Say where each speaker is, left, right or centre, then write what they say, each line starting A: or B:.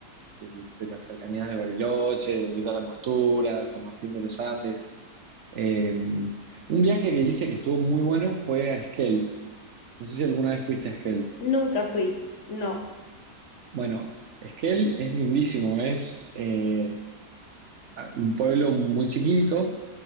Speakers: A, on the right; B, on the left.
A: de- de las cercanías de Bariloche, de Villa La Angostura, San Martín de los Andes. Eh, un viaje que hice que estuvo muy bueno fue a Esquel. No sé si alguna vez fuiste a Esquel.
B: Nunca fui. No.
A: Bueno, Esquel es lindísimo, es eh, un pueblo muy chiquito,